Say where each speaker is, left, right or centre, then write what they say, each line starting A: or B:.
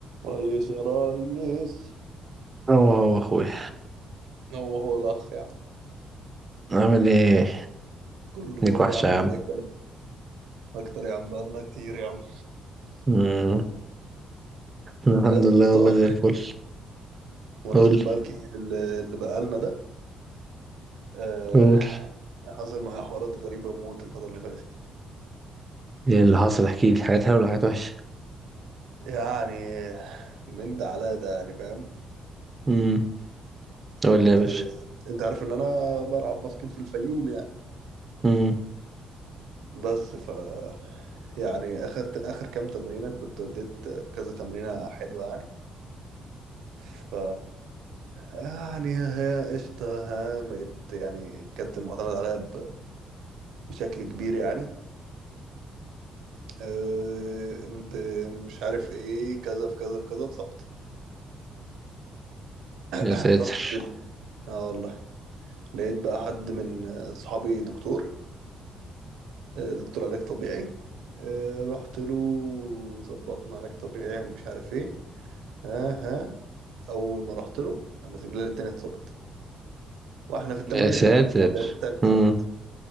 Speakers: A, on the right (about 85°); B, on the right (about 25°).
A: ريس يا ريس
B: هو هو اخويا
A: هو هو الاخ يا عم
B: عامل ايه
A: كله
B: ليك
A: فل
B: وحشة
A: يا عم
B: يا
A: انت
B: عم
A: ايه الكلام اكتر يا عم بقالنا كتير يا عم
B: مم. الحمد
A: يا اسطى
B: لله والله زي الفل
A: مناسبة
B: قول لي
A: بقى الكتير اللي اللي بقالنا ده آه
B: قول
A: حصل معايا حوارات غريبة موت الفترة اللي فاتت
B: لي ايه اللي حصل احكي لي حاجات حلوة ولا حاجات وحشة
A: يعني من ده على ده يعني فاهم
B: امم قول
A: كنت
B: لي يا باشا
A: انت عارف ان انا بلعب باسكت في الفيوم يعني
B: امم
A: بس ف يعني اخر اخر كام تمرينة كنت اديت كذا تمرينة حلوة يعني ف يعني هي قشطة بقيت يعني كانت معتمد عليا ب- بشكل كبير يعني أه، قمت مش عارف ايه كذا في كذا في كذا اتصبت
B: يا
A: <clears throat>
B: ساتر
A: رحت ال- اه والله لقيت بقى حد من اصحابي دكتور أه، دكتور علاج طبيعي أه، رحت له وظبطنا علاج طبيعي ومش عارف ايه ها ها اول ما رحت له قامت رجلي التانية اتصبت واحنا في التمرينة
B: يا ساتر
A: كده ده التانية
B: امم
A: بقى